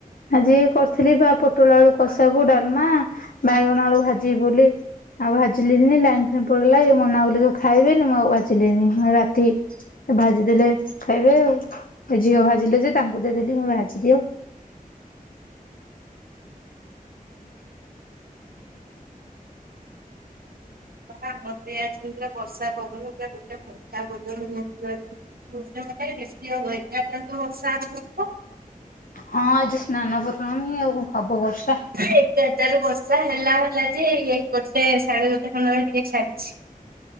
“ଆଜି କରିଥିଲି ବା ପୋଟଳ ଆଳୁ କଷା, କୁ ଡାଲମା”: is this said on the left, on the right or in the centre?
Left